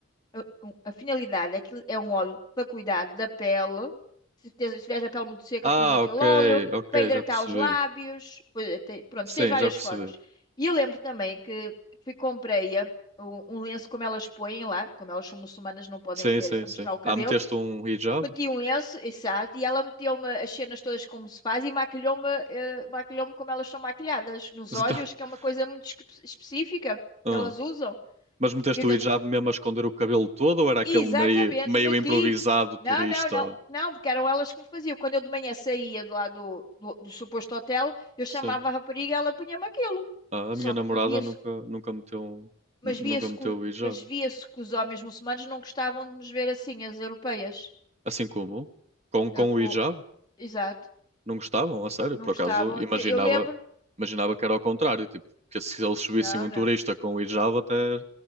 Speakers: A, on the left; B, on the right.
A: A, a finalidade é que é um óleo para cuidar da pele. Se tens- se tiveres a pele muito seca,
B: Ah,
A: pões aquele
B: ok,
A: óleo
B: ok,
A: para hidratar
B: já percebi.
A: os lábios. Pois, tem- Pronto,
B: Sim,
A: tens várias
B: já percebi.
A: formas. E eu lembro também que fui comprei a- um, um lenço como elas põem lá, como elas são muçulmanas, não podem
B: Sim,
A: ter
B: sim,
A: a
B: sim.
A: mostrar o cabelo.
B: Ah, meteste um hijab?
A: Meti um lenço, exato, e ela meteu-me as cenas todas como se faz e maquilhou-me, eh, maquilhou-me como elas são maquilhadas, nos
B: Mas
A: olhos,
B: Então, <laughs>
A: que é uma coisa muito espe- específica
B: ah.
A: que elas usam.
B: Mas meteste
A: E Eu
B: o
A: não...
B: hijab mesmo a esconder o cabelo todo ou era aquele
A: Exatamente,
B: meio, meio
A: meti.
B: improvisado turista?
A: Não, não, não, não, porque eram elas que me faziam. Quando eu de manhã saía de lá do, do, do suposto hotel, eu chamava
B: Sim.
A: a rapariga e ela punha-me aquilo.
B: Ah, a
A: Só
B: minha namorada
A: que via-se,
B: nunca, nunca meteu, um-
A: mas
B: nu- nunca
A: via-se,
B: meteu
A: que o-
B: o hijab.
A: mas via-se que os homens muçulmanos não gostavam de nos ver assim, as europeias.
B: Assim como? Com, com
A: Eu, co-
B: o hijab?
A: Exato.
B: Não gostavam? A sério?
A: Não
B: Por
A: gostavam.
B: acaso imaginava,
A: Que Eu lembro-me
B: imaginava que era ao contrário. Tipo, que se eles subissem
A: Não,
B: um
A: não.
B: turista com o hijab até